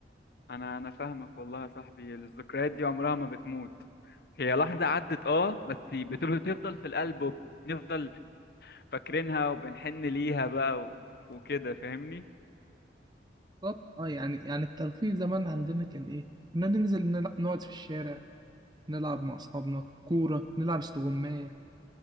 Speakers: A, on the left; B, on the right.
A: انا انا فاهمك والله يا صاحبي الذكريات دي عمرها ما بتموت هي لحظة عدت اه بس بت- بتفضل في القلب وبنفضل فاكرينها وبنحن ليها بقى و- وكده فاهمني
B: طب اه يعني يعني الترفيه زمان عندنا كان ايه كنا ننزل نلع- نقعد في الشارع نلعب مع اصحابنا كورة نلعب استغماية